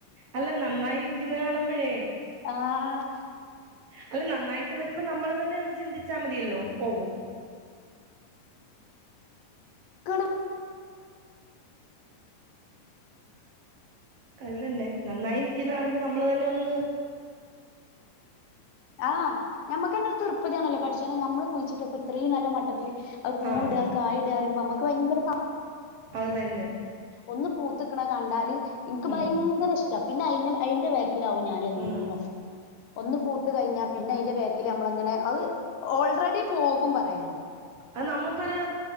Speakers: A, on the right; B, on the left.
A: അല്ല നന്നായി നിക്കുന്ന കാണുമ്പഴേ
B: ആഹ്
A: അല്ല നന്നായിട്ട് വെരുമ്പോ നമ്മൾ തന്നെ ഒന്ന് ചിന്തിച്ചാ മതിയല്ലോ പോകും
B: ആണോ
A: അത് തന്നെ നന്നായി നിക്ക്ന്ന കാണുമ്പോ നമ്മള് തന്നെ ഒന്ന്
B: ആഹ് ഞമ്മക്കെന്നൊര് തൃപ്പതിയാണല്ലോ പടച്ചോനെ നമ്മള് കുഴിച്ചിട്ടപ്പത്രീം നല്ല മട്ടത്തില് പൂടാ
A: ആഹ്
B: കായ്ട ർയുമ്പോ ഞമ്മക്ക് ഭയങ്കര സന്തോ
A: അത് തന്നെ
B: ഒന്ന് പൂത്ത്ക്ക്ണ കണ്ടാല് ഇൻക്ക് ഭയങ്കര
A: ഉം
B: ഇഷ്ട പിന്നെ അയി അയ്ന്റെ വേക്കിലാവും ഞാനെന്നും
A: ഉം
B: ഒന്ന് പൂത്ത് കയ്ഞ്ഞാ പിന്നയ്ന്റെ ബേക്കില് നമ്മളങ്ങനെ അത് ഓൾറെഡി പോകും പറയാന്
A: അത് നമ്മക്കൊര്